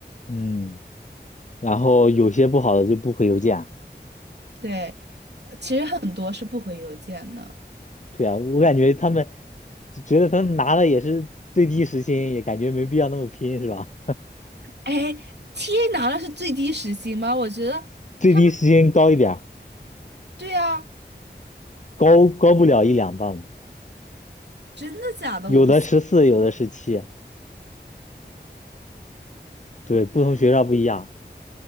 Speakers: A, on the left; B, on the right.
A: 嗯。然后有些不好的就不回邮件啊
B: 对，呃其实很多是不回邮件的。
A: 对啊，我感觉他们觉得他们拿的也是最低时薪，也感觉没必要那么拼，是吧？
B: 哎，TA 拿的是最低时薪吗？我觉得他们，
A: 最低时薪高一点儿，
B: 对啊，
A: 高高不了一两磅吧，
B: 真的假的？
A: 有的十四，
B: 我不信。
A: 有的十七，对，不同学校不一样，